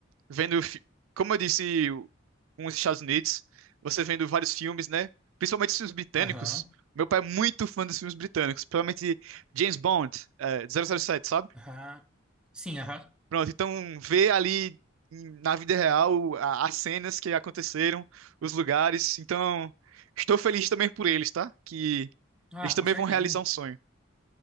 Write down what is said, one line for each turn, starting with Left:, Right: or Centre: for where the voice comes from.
Right: vendo, fi- como eu disse, o- com os Estados Unidos, você vendo vários filmes, né? Principalmente os filmes britânicos.
Centre: Aham.
Right: Meu pai é muito fã dos filmes britânicos, principalmente James Bond, é, 007, sabe?
Centre: Aham. Sim, aham.
Right: Pronto, então ver ali em- na vida real a- as cenas que aconteceram, os lugares. Então, estou feliz também por eles, tá? Que
Centre: Ah,
Right: eles também
Centre: com certeza.
Right: vão realizar um sonho.